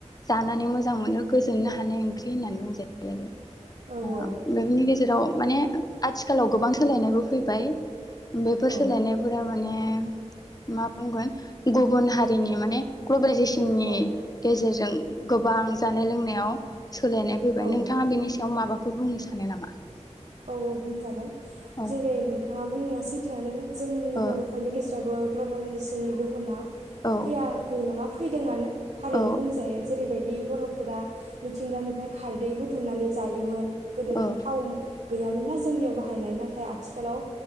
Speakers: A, on the left; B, on the right.
A: जानानै मोजां मोनो गोसो बोनो हानाय ओंख्रि होननानै बुंजायो आरो
B: औ
A: ओ
B: औ
A: बेफोरनि गेजेराव माने आथिखालाव गोबां सोलायनायबो फैबाय बेफोर सोलायनायफोरा
B: औ
A: माने मा बुंगोन गुबुन हारिनि माने ग्लबेलाइजेसननि
B: औ
A: गेजेरजों गो- बां जानाय लोंनायाव सोलायनाय फैबाय
B: औ
A: नोंथाङा बेनि सायाव माबाफोर बुंनो सानो नामा
B: सानो औ औ बुंजागोन
A: औ
B: जेरै नोंथाङा बुंनाया सैथोआनो जोंनि
A: ओ
B: बर'फोरनि गेजेरावबो ग्लबेलाइजेसननि गोहोमा
A: औ
B: फैयाखै नङा फैदोंआनो थारैनो
A: औ
B: बुंजायो जेरैबायदि बर'फोरा मिथिंगानिफ्राय खारदै बुथुमनानै जायोमोन गोदोथो
A: औ
B: थाव गैयामोन ना जोंनियाव बाहायनाय नाथाय आथि- खालाव